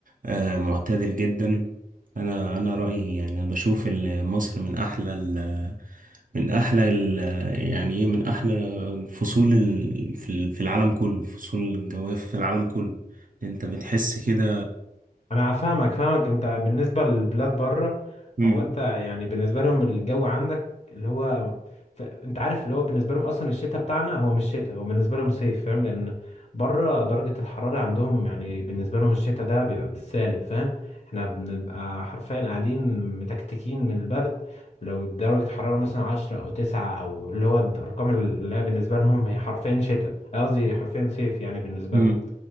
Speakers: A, on the right (about 60°); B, on the left (about 45°).
A: آه، معتدل جدا انا انا رايي يعني انا بشوف ال- مصر من احلى ال من احلى ال يعني ايه من احلى فصول ال في في العالم كله فصول الجواف في العالم كله انت بتحس كده
B: انا فاهمك فاهمك انت بالنسبه للبلاد بره
A: امم
B: هو انت يعني بالنسبه لهم الجو عندك اللي هو ف... انت عارف اللي هو بالنسبه لهم اصلا الشتاء بتاعنا هو مش شتاء هو بالنسبه لهم صيف فاهم لان بره درجه الحراره عندهم يعني بالنسبه لهم الشتاء ده بيبقى بالسالب فاهم احنا بنبقى حرفيا قاعدين متكتكين من البرد لو درجه الحراره مثلا عشرة او تسعة او اللي هو الارقام اللي هي بالنسبه لهم هي حرفيا شتاء قصدي حرفيا صيف يعني بالنسبه
A: مم.
B: لهم